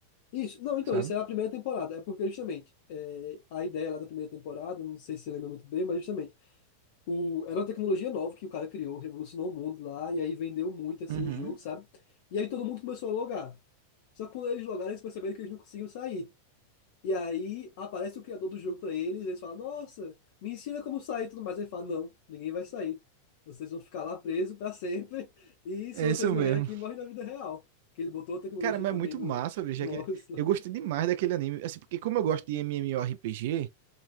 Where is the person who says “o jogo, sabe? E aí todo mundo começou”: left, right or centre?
Left